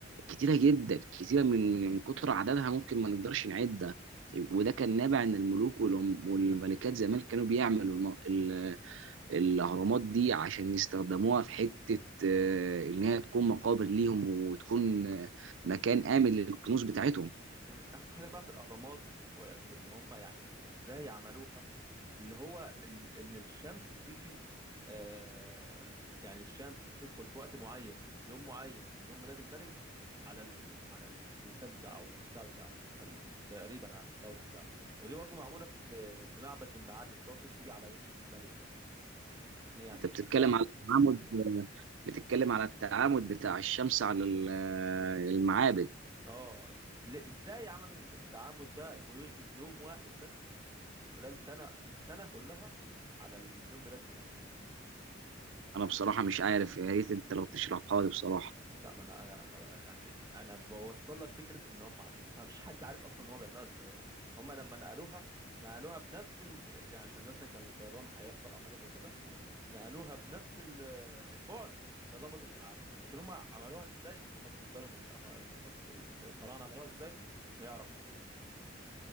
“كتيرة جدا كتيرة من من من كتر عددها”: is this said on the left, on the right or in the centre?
Right